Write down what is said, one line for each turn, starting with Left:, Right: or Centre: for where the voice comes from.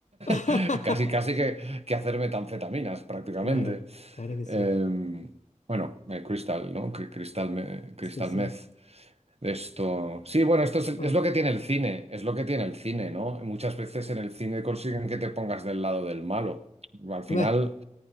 Left: <laughs>
Right: <laughs> casi casi que, que hacer metanfetaminas prácticamente.
Left: Claro, claro que
Right: Em,
Left: sí.
Right: bueno, eh, Crystal, ¿no? Cri- Crystal, me- Crystal
Left: Sí, sí.
Right: Meth. Esto. Sí, bueno, esto es, es
Left: Bueno,
Right: lo que tiene el cine, es lo que tiene el cine, ¿no? Muchas veces en el cine consiguen que te pongas del lado del malo. Al
Left: pues,
Right: final,